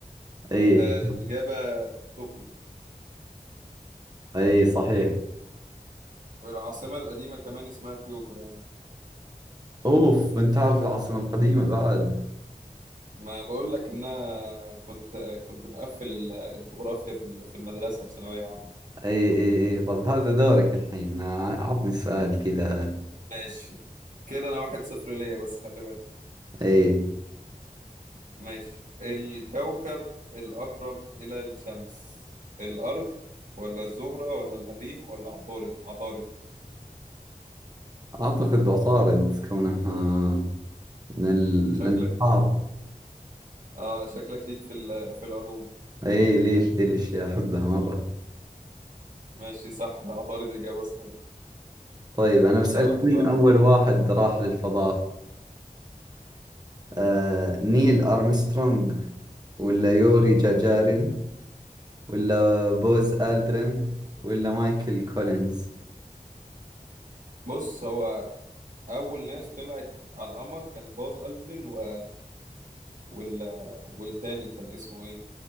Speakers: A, on the right; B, on the right.
A: اي
B: آه الاجابة طوكيو
A: اي صحيح
B: والعاصمة القديمة كمان اسمها كيوتو يعني
A: اوف انت تعرف العاصمة القديمة بعد
B: ما بقول لك ان انا كنت كنت مقفل ال- الجغرافيا في ال- في المدرسة في ثانوية عامة
A: اي اي اي طب هذا دورك الحين عطني سؤال كذا
B: ماشي كده انا واحد صفر ليا بس خلي بالك
A: اي
B: ماشي الكوكب الأقرب إلى الشمس الأرض ولا الزهرة ولا المريخ ولا عطارد عطارد
A: اعتقد عطارد كونها من ال-
B: شكلك
A: الانهار
B: اه شكلك ليك في ال- في العلوم
A: اي ليش ذي الاشياء احبها مرة
B: ماشي صح عطارد إجابة صحيحة
A: طيب انا بسألك
B: كده واحد
A: مين
B: واحد
A: اول واحد راح للفضاء آه نيل ارمسترونج ولا يوري جاجارين ولا بوز آلدرين ولا مايكل كولينز
B: بص هو أول ناس طلعت على القمر كان باز ألدرين و وال... والتاني كان اسمه ايه